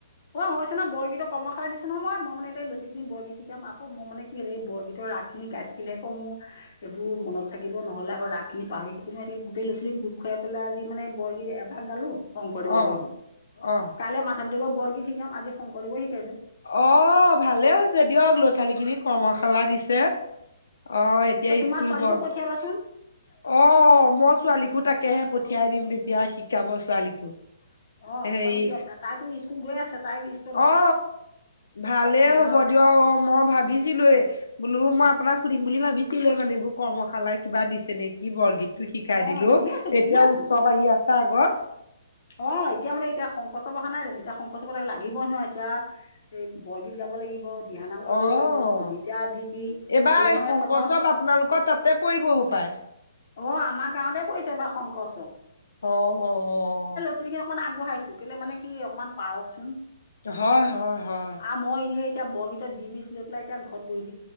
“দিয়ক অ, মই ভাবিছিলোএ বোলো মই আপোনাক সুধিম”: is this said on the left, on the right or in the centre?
Left